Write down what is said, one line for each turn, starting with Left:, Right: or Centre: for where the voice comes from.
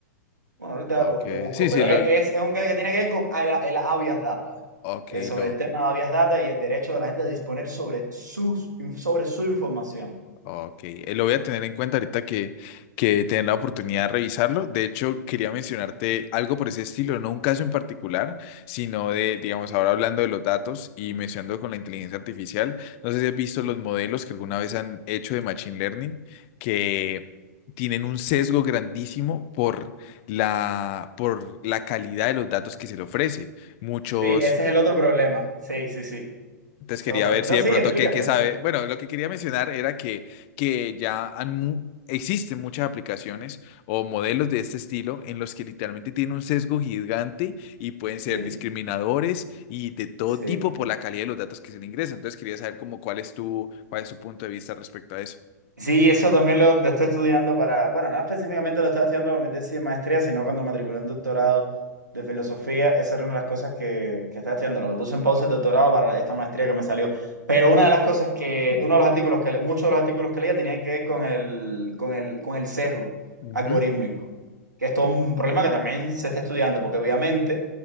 Right: Bueno, ahorita
Left: Ok,
Right: lo, lo busco,
Left: sí,
Right: pero
Left: sí, lo,
Right: es,
Left: lo-
Right: es un caso que tiene que ver con el, el habeas data.
Left: Ok,
Right: eh, sobre
Left: lo,
Right: el tema de habeas data y el derecho de la gente a disponer sobre, sus, sobre su información.
Left: ok. Eh, lo voy a tener en cuenta ahorita que, que tener la oportunidad de revisarlo. De hecho, quería mencionarte algo por ese estilo, no un caso en particular, sino de, digamos, ahora hablando de los datos y mencionando con la inteligencia artificial. No sé si has visto los modelos que alguna vez han hecho de Machine Learning, que tienen un sesgo grandísimo por la, por la calidad de los datos que se le ofrece. Muchos.
Right: Sí, ese es el otro problema. Sí, sí, sí.
Left: Entonces
Right: Ese
Left: quería
Right: es otro.
Left: ver
Right: No,
Left: si de
Right: sí,
Left: pronto
Right: explícate.
Left: qué, qué sabe.
Right: ve.
Left: Bueno, lo que quería mencionar era que, que ya han mu- existen muchas aplicaciones o modelos de este estilo en los que literalmente tienen un sesgo gigante y pueden ser
Right: Sí,
Left: discriminadores y de todo
Right: sí.
Left: tipo por la calidad de los datos que se le ingresan. Entonces quería saber como cuál es tu, cuál es tu punto de vista respecto a eso.
Right: Sí, eso también lo, lo estoy estudiando para, bueno, no específicamente lo estaba estudiando para mi tesis de maestría, sino cuando matriculé un doctorado de filosofía, esa era una de las cosas que, que estaba estudiando, lo que puse en pausa el doctorado para esta maestría que me salió. Pero una de las cosas que, uno de los artículos que, le- muchos de los artículos que leía tenían que ver con el, con el, con el sesgo
Left: Ujú.
Right: algorítmico, que esto es todo un problema que también se está estudiando, porque obviamente,